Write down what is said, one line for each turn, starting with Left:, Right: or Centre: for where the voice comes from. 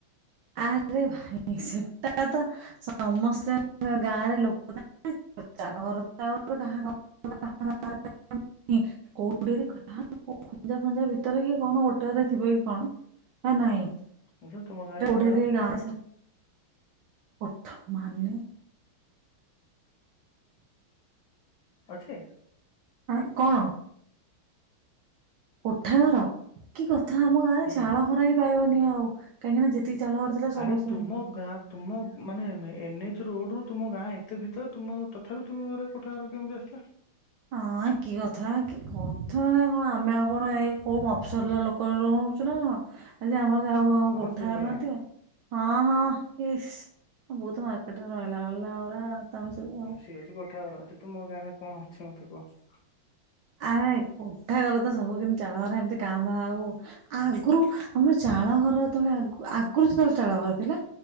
Right: ଆରେ ଭାଇ ସେଟା ତ ସମସ୍ତେ <inaudible> ଗାଁରେ ଲୋକ ଥାଆ <inaudible> ଚାଳଘର ତ <inaudible> କାହା ଘ <inaudible> ନି କୋ ଓଡ଼ିଆରେ କଥା ହବ କ ଖଞ୍ଜା ଫଞ୍ଜା ଭିତରେ କି କଣ ଗୋଟେ ଅଧେ ଥିବ କି କଣ ଆ, ନାଇଁ ତ।
Left: ବୁଝ ତୁମ ଗାଁରେ ଗୋ
Right: ଯଦି ଗାସ ଉଠ ମାନେ
Left: ଅଛି?
Right: ଆଁ, କଣ? କୋଠା ଘର କି କଥା ଆମ ଗାଁରେ
Left: ହୁଁ
Right: ଚାଳ ଘର ହିଁ ପାଇବନି ଆଉ। କାହିଁକି ନା ଯେ ତିକି ଚାଳ ଘର କରିଥିଲା ସମସ୍ତେ
Left: ଆରେ ତୁମ
Right: ଭାଙ୍ଗି
Left: ଗାଁ ତୁମ ମାନେ ଏମେ ଏନ୍ ଏଚ୍ ରୋଡ୍ ରୁ ତୁମ ଗାଁ ଏତେ ଭିତରେ। ତୁମ ତଥାପି ତୁମ ଘରେ କୋଠା ଘରେ କେମିତି ଆସିଲା?
Right: ଅଁ, କି କଥା କି କଥା ମାନେ କଣ ଆମେ ଆଉ କଣ ଏଇ କୋଉ ମଫସଲର ଲୋ କ ରହୁଛୁ ନା କଣ? ଆଜି ଆମର ଯା ମୋ
Left: ହଁ
Right: କୋଠା
Left: ସେଇଭଳିଆ
Right: ଘର ନଥିବ ହଁ ହଁ ଇସ୍ ବହୁତ ମାର୍କେଟ୍ ରେ ରହିଲା ବାଲା ଗୁରା ତୋମେ ସବୁ ଆଉ।
Left: ଠିକ ଅଛି କୋଠା ଘର ଅଛି। ତୁମ ଗାଁରେ କଣ ଅଛି ମୋତେ କୁହ?
Right: ଆ, କୋଠା ଘର ତ ସବୁ କେମିତି ଚାଳଘର ଏମିତି କାଁ ଭାଁ ଆଉ। ଆଗୁରୁ ଆମର ଚାଳ ଘର ଯେତେବେଳେ ଆଗୁ ଆଗୁରୁ ଯେତେବେଳେ ଚାଳ ଘର ଥିଲା